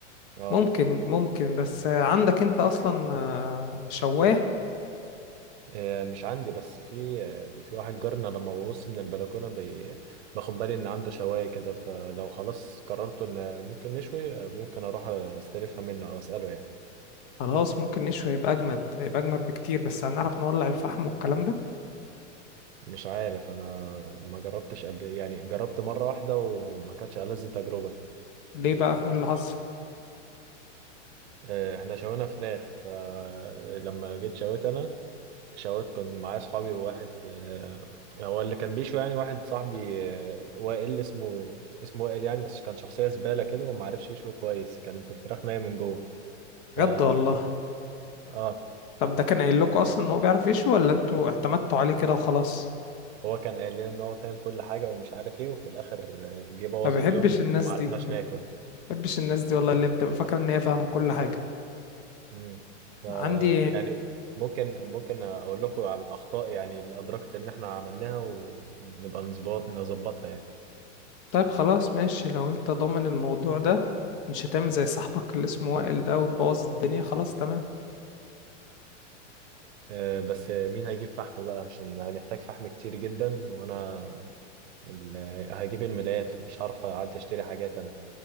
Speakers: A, on the right; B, on the left.
A: اه
B: ممكن ممكن بس عندك انت اصلا آه، شواه
A: آه، مش عندي بس في آه، في واحد جارنا لما ببص من البلكونة بي- باخد بالي إن عنده شواية كده فلو خلاص قررت إن ممكن نشوي آه، ممكن أروح أستلفها منه أو أسأله يعني
B: خلاص ممكن نشوي يبقى اجمد يبقى اجمد بكتير بس هنعرف نولع الفحم والكلام ده
A: مش عارف أنا ما جربتش قبل يعني جربت مرة واحدة وما كانتش ألذ تجربة
B: ليه بقى ايه اللي حصل
A: آه، إحنا شوينا فراخ فلما جيت شويت أنا شاورت كنت معايا اصحابي وواحد آه، هو اللي كان بيشوي يعني واحد صاحبي آه، وائل اسمه اسمه وائل يعني بس كان شخصية زبالة كده وما عرفش يشوي كويس كانت الفراخ نية من جوه
B: بجد
A: ف
B: والله
A: اه
B: طب ده كان قايل لكم اصلا ان هو بيعرف يشوي ولا انتوا اعتمدتوا عليه كده وخلاص
A: هو كان قايل لنا ان هو فاهم كل حاجة ومش عارف ايه وفي الاخر آه، جه بوظ
B: ما بحبش
A: اليوم
B: الناس
A: وما
B: دي
A: عرفناش
B: ما
A: ناكل
B: بحبش الناس دي والله اللي بتبقى فاكره ان هي فاهمه كل حاجه
A: امم ف
B: عندي
A: يعني ممكن ممكن اقول لكم على الاخطاء يعني اللي ادركت ان احنا عملناها ونبقى نظبط نظبطها يعني
B: طيب خلاص ماشي لو انت ضامن الموضوع ده مش هتعمل زي صاحبك اللي اسمه وائل ده وتبوظ الدنيا خلاص تمام
A: آه، بس مين هيجيب فحم بقى عشان هنحتاج فحم كتير جدا وانا ال- هجيب الملايات فمش هعرف اعدي اشتري حاجات انا